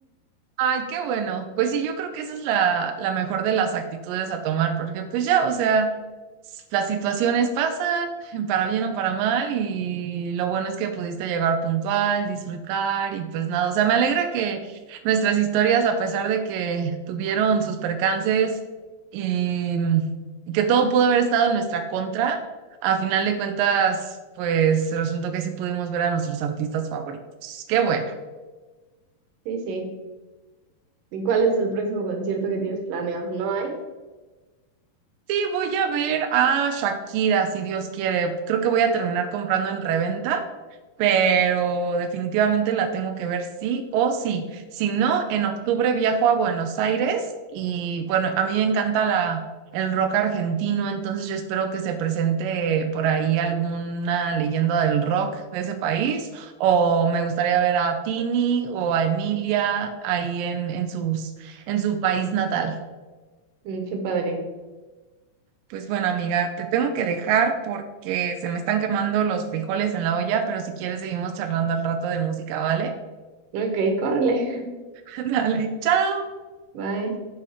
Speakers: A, on the right; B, on the right.
A: Ay, qué bueno. Pues sí, yo creo que esa es la, la mejor de las actitudes a tomar, porque pues ya, o sea, s- las situaciones pasan, <laughs> para bien o para mal, y lo bueno es que pudiste llegar puntual, disfrutar, y pues nada, o sea, me alegra que nuestras historias, a pesar de que tuvieron sus percances y y que todo pudo haber estado en nuestra contra, a final de cuentas, pues resultó que sí pudimos ver a nuestros artistas favoritos. Qué bueno.
B: Sí, sí. ¿Y cuál es el próximo concierto que tienes planeado? No hay.
A: Sí, voy a ver a Shakira, si Dios quiere. Creo que voy a terminar comprando en reventa, pero definitivamente la tengo que ver sí o sí. Si no, en octubre viajo a Buenos Aires y bueno, a mí me encanta la, el rock argentino, entonces yo espero que se presente por ahí alguna leyenda del rock de ese país o me gustaría ver a Tini o a Emilia ahí en, en sus, en su país natal.
B: Mm, qué padre.
A: Pues bueno, amiga, te tengo que dejar porque se me están quemando los frijoles en la olla, pero si quieres seguimos charlando al rato de música, ¿vale?
B: Ok, córrele.
A: <laughs> Dale, chao.
B: <laughs> Bye.